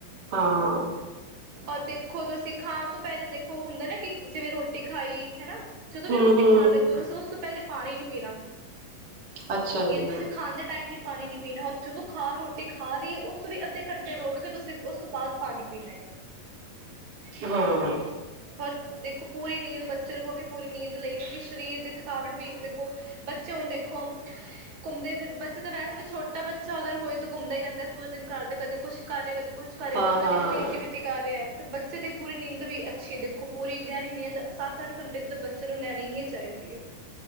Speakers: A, on the right; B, on the right.
A: ਹਾਂ
B: ਔਰ ਦੇਖੋ ਤੁਸੀਂ ਖਾਣ ਤੋਂ ਪਹਿਲਾਂ ਦੇਖੋ ਹੁੰਦਾ ਨਾ ਕਿ, ਜਿਵੇਂ ਰੋਟੀ ਖਾਈ ਹੈਨਾ ਜਦੋਂ
A: ਹਮ
B: ਵੀ ਰੋਟੀ
A: ਹਮ
B: ਖਾਣ ਲੱਗੋ, ਤੁਸੀਂ ਉਸ ਤੋਂ ਪਹਿਲੇ ਪਾਣੀ ਨੀ ਪੀਣਾ,
A: ਅੱਛਾ ਜੀ
B: ਯ ਤੁਸੀਂ ਖਾਂਦੇ ਟਾਈਮ ਵੀ ਪਾਣੀ ਨੀ ਪੀਣਾ, ਰ ਜਦੋਂ ਖਾ ਰੋ ਰੋਟੀ ਖਾ ਲਈ ਏ, ਉਸ ਤੋਂ ਵੀ ਅੱਧੇ ਘੰਟੇ ਰੋਕ ਕੇ, ਤੁਸੀਂ ਉਸ ਤੋਂ ਬਾਅਦ ਪਾਣੀ ਪੀਣਾ
A: ਹਾਂ ਹਾਂ
B: ਹੋਰ ਦੇਖੋ ਪੂਰੀ ਨੀਂਦ ਬੱਚੇ ਨੂੰ ਕ ਕੇ ਪੂਰੀ ਨੀਂਦ ਲਈ, ਕਿਉਂਕਿ ਸਰੀਰ ਦੀ ਥਕਾਵਟ ਵੀ ਬੱਚੇ ਹੁਣ ਦੇਖੋ ਘੁੰਮਦੇ ਫਿਰਦੇ, ਬੱਚੇ ਤਾਂ ਵੈਸੇ ਵੀ ਛੋਟਾ ਬੱਚਾ ਅਗਰ ਹੋਏ ਦਾ ਰਹਿੰਦਾ ਪੂਰੇ ਦਿਨ ਘਾਰ, ਕਦੇ ਕੁਛ ਕਰ ਰਿਹਾ ਕਦੇ ਕੁਛ ਕਰ ਰਿਹਾ
A: ਹਾਂ
B: ਕੋਈ ਕਦੀ
A: ਹਾਂ
B: ਕੋਈ ਐਕਟੀਵਿਟੀ ਕਰ ਰਿਹਾ ਹੈ, ਤੇ ਬੱਚੇ ਦੀ ਪੂਰੀ ਨੀਂਦ ਵੀ ਅੱਛੀ, ਦੇਖੋ ਪੂਰੀ ਗਹਿਰੀ ਨੀਂਦ ਸੱਤ ਅੱਠ ਘੰਟੇ ਦੇ ਬੱਚੇ ਨੂੰ ਲੈਣੀ ਹੀ ਚਾਹੀਦੀ ਏ।